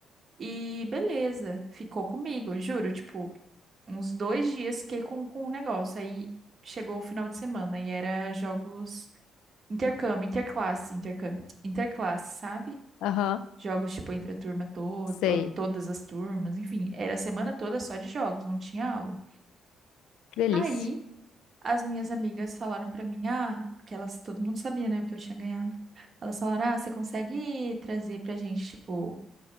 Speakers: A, on the right (about 45°); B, on the left (about 90°).
A: E beleza, ficou comigo, juro, tipo, uns dois dias fiquei com, com o negócio. Aí chegou o final de semana e era jogos intercâmbio, interclasse, intercâmbio, interclasse, sabe?
B: aham,
A: Jogos, tipo, entre a turma toda,
B: sei.
A: ou todas as turmas, enfim, era a semana toda só de jogos, não tinha aula.
B: Que delícia.
A: Aí, as minhas amigas falaram pra mim, ah, porque elas, todo mundo sabia, né, o que eu tinha ganhado. Elas falaram, ah, você consegue trazer pra gente, tipo,